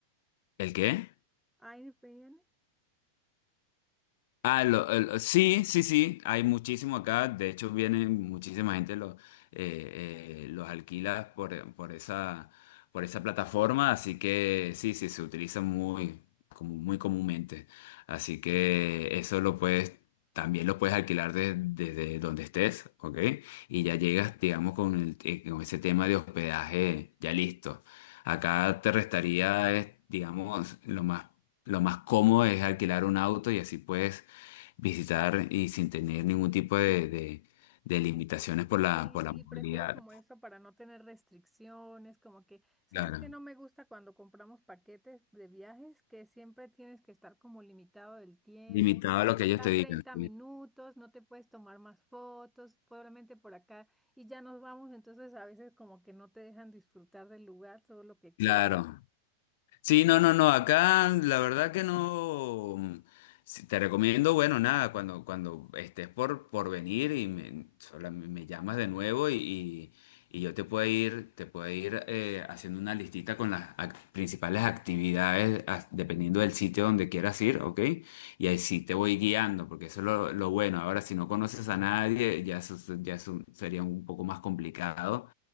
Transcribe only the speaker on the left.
¿el qué?
Ah, lo- el- sí, sí, sí, hay muchísimo acá. De hecho, viene muchísima gente, los, eh, eh, los alquila por, por esa, por esa plataforma. Así que sí, sí, se utiliza muy, como muy comúnmente. Así que eso lo puedes, también lo puedes alquilar de- desde donde estés, ¿ok? Y ya llegas, digamos, con, el- eh, con ese tema de hospedaje ya listo. Acá te restaría, eh, digamos, lo más, lo más cómodo es alquilar un auto y así puedes visitar y sin tener ningún tipo de, de- de limitaciones por la,
por
la movilidad.
Claro.
Limitado a lo
que ellos te digan.
sí.
Claro.
Sí, no, no, no, acá la verdad que no. mm, Sí, Te recomiendo, bueno, nada, cuando, cuando estés por, por venir y me, sola- me llamas de nuevo y, y- y yo te puedo ir, te puedo ir eh, haciendo una listita con las ac- principales actividades as- dependiendo del sitio donde quieras ir, ¿ok? Y ahí sí te voy guiando, porque eso es lo, lo bueno. Ahora, si no conoces a nadie, ya, eso- ya eso sería un poco más complicado.